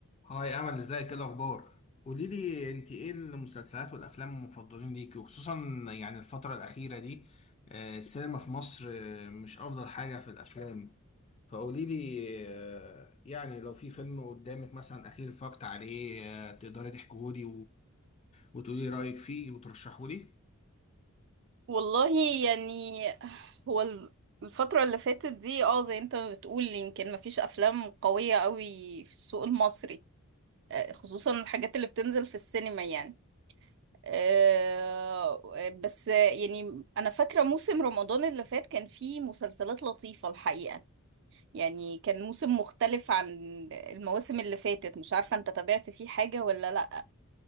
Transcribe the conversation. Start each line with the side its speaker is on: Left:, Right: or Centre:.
Left: هاي امل ازيك ايه الاخبار قولي لي انت ايه المسلسلات والافلام المفضلين ليكي وخصوصا يعني الفتره الاخيره دي آه، السينما في مصر آه، مش افضل حاجه في الافلام فقولي لي آه، يعني لو في فيلم قدامك مثلا اخير اتفرجت عليه آه، تقدري تحكيه لي وتقولي رايك فيه وترشحه لي
Right: والله يعني هو ال- الفترة اللي فاتت دي اه زي انت بتقول يمكن مفيش أفلام قوية قوي في السوق المصري آه، خصوصا الحاجات اللي بتنزل في السينما يعني آه، بس يعني أنا فاكرة موسم رمضان اللي فات كان فيه مسلسلات لطيفة الحقيقة يعني كان موسم مختلف عن المواسم اللي فاتت مش عارفة انت تابعت فيه حاجة ولا لأ